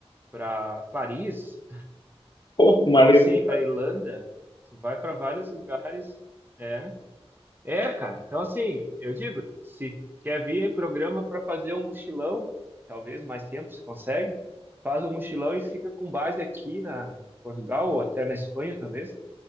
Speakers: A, on the right; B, on the left.
A: para Paris.
B: pô, maneiro.
A: Então, assim,
B: demais.
A: para Irlanda, tu vai para vários lugares. É, é, cara. Então, assim, eu digo, se quer vir programa para fazer um mochilão, talvez mais tempo se consegue, faz um mochilão e fica com base aqui na em Portugal ou até na Espanha, talvez.